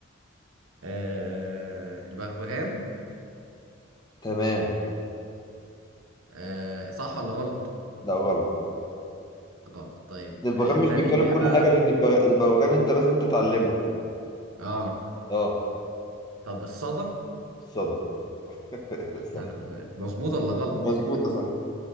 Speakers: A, on the right (about 90°); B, on the left (about 20°).
A: آه البغبغان
B: تمام
A: آه صح ولا غلط؟
B: لا غلط
A: غلط طيب
B: البغبغان
A: آه
B: مش
A: تاني
B: بيتكلم
A: إجابة
B: كل حاجة لأن البغ- البغبغان أنت لازم تتعلمه
A: اه
B: اه
A: طب الصدى
B: الصدى <laughs> صح
A: <laughs> مظبوط ولا غلط؟
B: مظبوطة صح